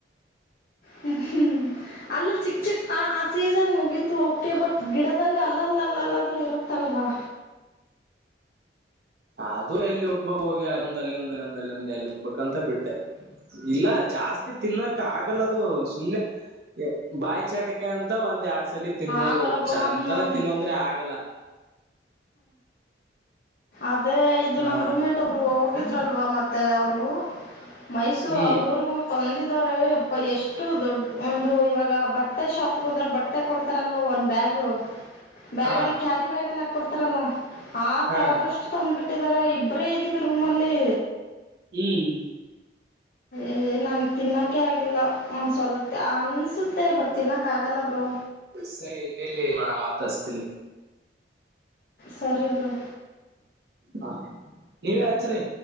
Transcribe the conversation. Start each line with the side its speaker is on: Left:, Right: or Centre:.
Left: ಹುಂ ಹು ಅಲ್ಲ ಚಿಕ್ಕ ಚಿಕ್ಕ ಆ ಆ ಸೀಸನ್ ಮುಗೀತು ಓಕೆ ಬಟ್ ಗಿಡದಲ್ಲಿ ಅಲ್ಲಲ್ಲ ಅಲ್ಲಲ್ಲಾದ್ರೂ ಇರುತ್ತಲ್ವಾ
Right: ಅದು ಎಲ್ಲಿ ಹೋಗ್ ಬೈಕ್ ಹೋಗಿ ಅದಲ್ಲ ಒಂದಲ್ಲ ಒಂದಲ್ಲ ಒಂದು ಎಲ್ಲಿ ಹೋಗ್ಬೇಕಕ್ಂತ ಬಿಟ್ಟೆ. ಇಲ್ಲಾ ಜಾಸ್ತಿ ತಿನ್ನಕ್ ಆಗಲ್ಲದು ಸುಮ್ನೆ ಬಾಯಿ ಚಟಕೆ ಅಂತ ಒಂದ್ ಎರಡ್ ಲ್ಲಿ ತಿನ್ಬಹುದು
Left: ಆಗಲ್ಲ ಬ್ರೋ
Right: ಚೇಂತೇನ
Left: ನಮ್ಮ ನಮ್ಮ
Right: ತಿನ್ನಂದ್ರೆ ಆಗಲ್ಲಾ
Left: ಅದೇ ಇದು
Right: ಹಾ
Left: ನಮ್ಮ್ ರೂಮೆಟೋಬ್ರು ಹೋಗಿದ್ರಲ್ವಾ ಮತ್ತೆ ಅವರು ಮೈಸೂರು
Right: ಹ್ಮ್
Left: ಅವ್ರವಿಗೂ ತಂದಿದ್ದಾರೆ ಎಪ್ಪಾ ಎಷ್ಟು ದೊಡ್ಡ ಒಂದು ಇವಾಗ ಬಟ್ಟೆ ಶಾಪ್ ಗೆ ಹೋದ್ರೆ ಬಟ್ಟೆ ಮತ್ತೆ ಕೊಡ್ತಾರಲ್ವಾ ಒಂದ ಬ್ಯಾಗ್ ಬ್ಯಾಗಲ್ಲಿ
Right: ಹಾ
Left: ಕ್ಯಾರಿ ಬ್ಯಾಗ ಹಾಡ್ತಾರಲ್ಲಾ
Right: ಹಾ
Left: ತರೋದಷ್ಟು ತಂದ್ಬಿಟ್ಟಿದ್ದಾರೆ ಇಬ್ಬರೇ ಇದ್ದೀವಿ ರೂಮ್ ಅಲ್ಲಿ
Right: ಇ
Left: ಏ ನಂಗ ತಿನ್ನಕೆ ಆಗಿಲ್ಲ. ಒಂದ ಸ್ವಲ್ಪ ಅನಸತ್ತೆ ಬಟ್ ತಿನ್ನಕ್ಕ ಆಗಲ್ಲ ಬ್ರೋ.
Right: ಸ ಇಲ್ಲಿಲ್ಲಿ ಮತ್ತ ಹಚ್ಚತನ.
Left: ಸರಿ ಬ್ರೋ.
Right: ಹ ಈಗ ಹಚ್ಚರಿ.